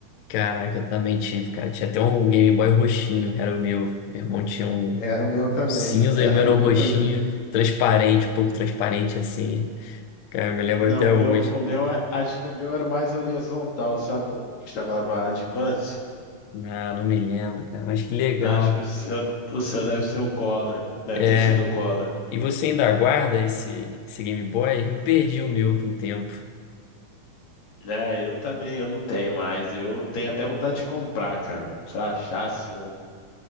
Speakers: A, on the left; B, on the left.
A: Caraca, eu também tive, cara. Tinha até um Game Boy roxinho, era o meu. Meu irmão tinha um
B: Era o meu também,
A: cinza
B: <laughs> era
A: e o meu era
B: o meu
A: um roxinho,
B: também.
A: transparente, um pouco transparente assim. Cara, eu me lembro
B: Não,
A: até
B: o meu,
A: hoje.
B: o meu, é- acho que o meu era o mais horizontal, sabe? Um que chamava Advance.
A: Ah, não me lembro, cara, mas que legal.
B: Acho que o seu, o seu deve ser o Collor. Deve
A: É,
B: ter sido o Collor.
A: e você ainda aguarda esse, esse Game Boy? Eu perdi o meu por um tempo.
B: É, eu também, eu não tenho mais. Eu tenho até vontade de comprar, cara. Se eu achasse um,